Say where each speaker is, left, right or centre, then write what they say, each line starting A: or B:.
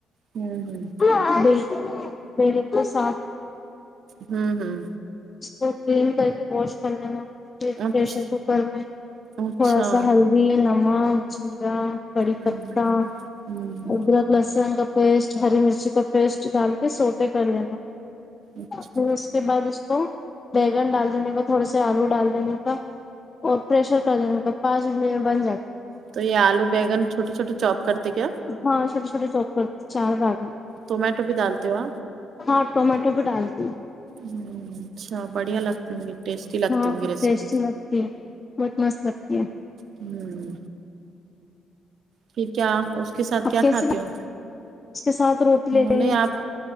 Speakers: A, on the right (about 65°); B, on the left (about 30°).
A: ہوں ہوں
B: ہ بالکل بالکل سا
A: ہوں ہوں
B: اس کو کلین کر کے واش کر لینا پھر
A: اچھا
B: پریشر کوکر میں
A: اچھا
B: تھوڑا سا ہلدی نمک جیرا کڑی
A: ہوں
B: پتتا
A: <inaudible>
B: ادرک لہسن کا پیسٹ ہری مرچی کا پیسٹ دال سوٹے کر لینا
A: اچھا
B: پھر اس کے بعد اس کو بیگن ڈال دینے کا تھوڑے سے آلو ڈال دینے کا اور پریشر کر دینا کا پانچ منٹ میں بن جائے
A: تو یہ آلو بیگن چھوٹی چھوٹی چوپ کرتے کیا
B: ہاں شوٹی شوٹی چاپ کرتے چار باگ میں
A: ٹومیٹو بھی ڈالتے ہو آپ
B: ہاں ٹومیٹو بھی ڈال دی
A: ہ اچھا بڑھیا لگتی ہوں گی ٹیسٹی لگتی
B: ہاں
A: ہوں گی ریسیپی
B: ٹیسٹی لگتی بہت مست لگتی ہے
A: ہوں پھر کیا اس کے ساتھ کیا
B: اب کیسے
A: کھاتے ہو
B: اس کے ساتھ روٹی لیتے
A: نہیں آپ